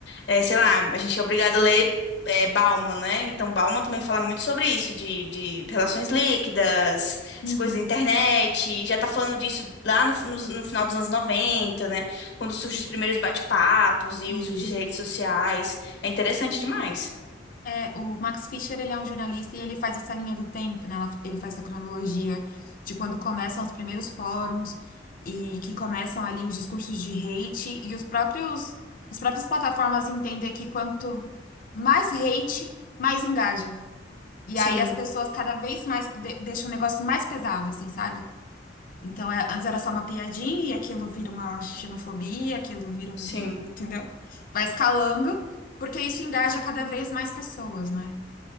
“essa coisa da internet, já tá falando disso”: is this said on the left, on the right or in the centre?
Left